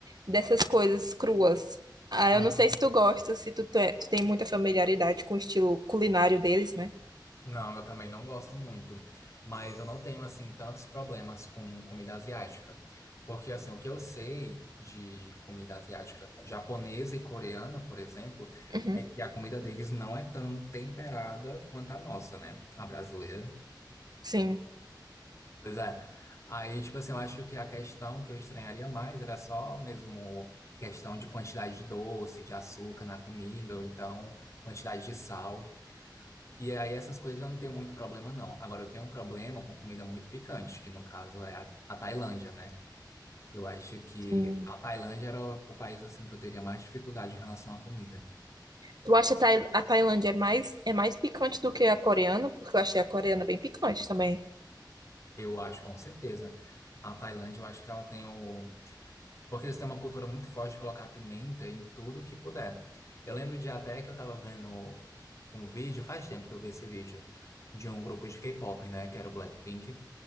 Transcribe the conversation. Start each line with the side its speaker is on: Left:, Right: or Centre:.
Right: dessas coisas cruas. Ah,
Left: <laughs>
Right: eu não sei se tu gosta, se tu, te- tu tem muita familiaridade com o estilo culinário deles, né?
Left: Não, eu também não gosto muito, mas eu não tenho assim tantos problemas com comida asiática, porque assim, o que eu sei de comida asiática, japonesa e coreana, por exemplo,
Right: Uhum.
Left: é que a comida deles não é tão temperada quanto a nossa, né? A brasileira.
Right: Sim,
Left: Pois é. Aí, tipo assim, eu acho que a questão que eu estranharia mais era só mesmo questão de quantidade de doce, de açúcar na comida, ou então quantidade de sal. E aí essas coisas eu não tenho muito problema, não. Agora eu tenho um problema com comida muito picante, que no caso é a, a Tailândia, né? Eu acho que
Right: sim.
Left: a Tailândia era o país assim que eu teria mais dificuldade em relação à comida.
Right: Tu acha a, Tai- a Tailândia é mais, é mais picante do que a coreana? Porque eu achei a coreana bem picante também.
Left: Eu acho, com certeza. A Tailândia, eu acho que ela tem o. Porque eles têm uma cultura muito forte de colocar pimenta em tudo que puder. Eu lembro de até que eu tava vendo um vídeo, faz tempo que eu vi esse vídeo, de um grupo de K-pop, né? Que era o Blackpink